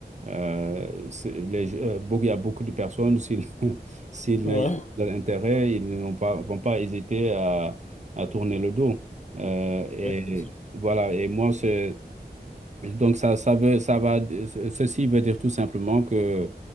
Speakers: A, on the right (about 45°); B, on the left (about 45°).
A: euh, c'est- les je- euh, beaucoup- il y a beaucoup de personnes, s'ils <laughs> s'ils
B: ouais,
A: n'y a
B: <laughs>
A: pas d'intérêt, ils ne vont pas, vont pas hésiter à, à tourner le dos. Euh, et
B: ouais, c'est
A: voilà, et moi, c'est. Donc ça, ça veut, ça va, ce- ceci veut dire tout simplement que